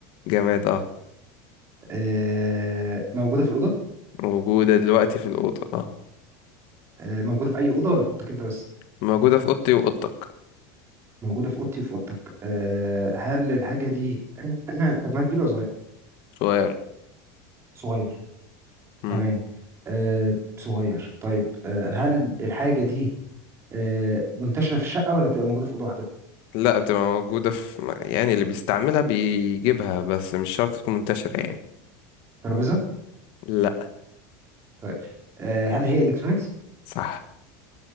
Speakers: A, on the left; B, on the right.
A: جماد اه
B: آه، موجودة في الأوضة
A: موجوده دلوقتي في الاوضه اه
B: آه، موجودة في أي أوضة ولا في أوضتك أنت بس
A: موجوده في اوضتي واوضتك
B: موجودة في أوضتي وفي أوضتك أه هل الحاجة دي <clears throat> حجمها كبير ولا صغير؟
A: صغير
B: صغير
A: امم
B: تمام أه صغير طيب أه هل الحاجة دي أه منتشرة في الشقة ولا بتبقى موجودة في أوضة واحدة؟
A: لا بتبقى موجوده في يعني اللي بيستعملها بيجيبها بس مش شرط تكون منتشره يعني
B: ترابيزة؟
A: لا
B: طيب أه هل هي إلكترونيكس؟
A: صح